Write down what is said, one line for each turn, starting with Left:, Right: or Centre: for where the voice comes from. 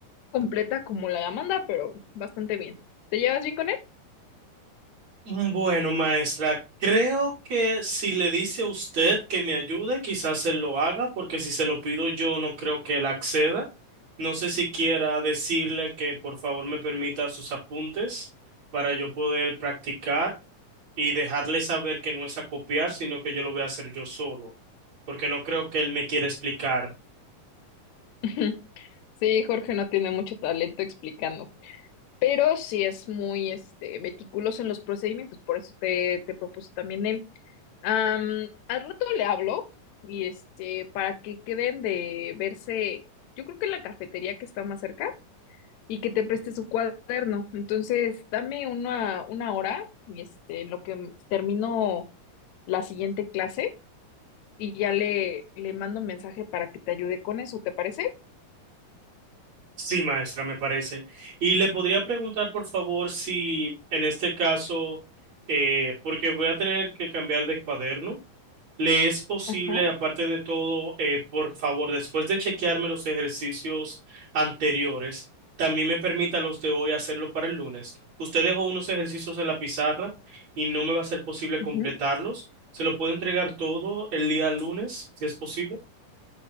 Left: completa como la de Amanda, pero bastante bien. ¿Te llevas bien con él?
Right: Mm, Bueno, maestra, creo que si le dice a usted que me ayude, quizás él lo haga, porque si se lo pido yo, no creo que él acceda. No sé si quiera decirle que por favor me permita sus apuntes para yo poder practicar y dejarle saber que no es a copiar, sino que yo lo voy a hacer yo solo, porque no creo que él me quiera explicar.
Left: <laughs> Sí, Jorge no tiene mucho talento explicando, pero sí es muy este, meticuloso en los procedimientos, por eso te, te propuso también él. Am, al rato le hablo y este, para que queden de verse, yo creo que en la cafetería que está más cerca. y que te preste su cuaderno. Entonces, dame una, una hora, y este, en lo que m- termino la siguiente clase, y ya le, le mando un mensaje para que te ayude con eso, ¿te parece?
Right: Sí, maestra, me parece. Y le podría preguntar, por favor, si en este caso, eh, porque voy a tener que cambiar de cuaderno. Le es posible,
Left: Ajá.
Right: aparte de todo, eh, por favor, después de chequearme los ejercicios anteriores, también me permita los de hoy hacerlo para el lunes. Usted dejó unos ejercicios en la pizarra y no me va a ser posible completarlos.
Left: ujú.
Right: ¿Se lo puedo entregar todo el día lunes, si es posible?